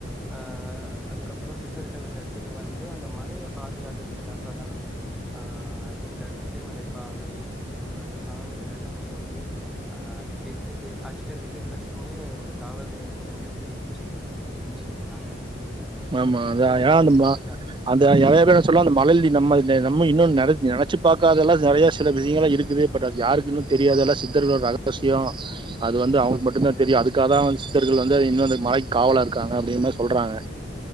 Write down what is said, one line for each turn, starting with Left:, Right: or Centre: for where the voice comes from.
Centre: ஆஹ் ஆ அதுக்கப்பறொ சித்தர்கள் அந்த எடத்துக்கு வந் து அந்த மலைய பாதுகாக்கறதுக்காக தா ஆஹ் இந்த கொல்லிமலை பாவை அப்றொ இந்த சாமிகளெல்லாமே வந்து ஆஹ் எட்டு திக் அஷ்ட திக்குகளுக்குமே ஒரு காவல்தெய்வம் லநெருபீ பிச்சிருக்கா டின் சொல்றாங்க
Right: ஆமா அதா
Centre: மூலிகைகள
Right: ஏந்துமா
Centre: பாதுகாக்க
Right: அந்த எலயபே சொல்லா அந்த மழல்தி நம்ம எ நம்ம இன்னொன்னு நெடச் நெனச்சு பாக்காதல்லா நெறையா சில விஷயங்களா இருக்குது பட் அது யாருக்கின்னு தெரியாதுல சித்தர்களோட ரகசியொ அது வந்து அவங்க்கு மட்டுந்தா தெரியு அதுக்காகதா வந் சித்தர்கள் வந்து அது இன்னு அந்த மலைக் காவலாருக்காங்க அப்டிங்கமாரி சொல்றாங்க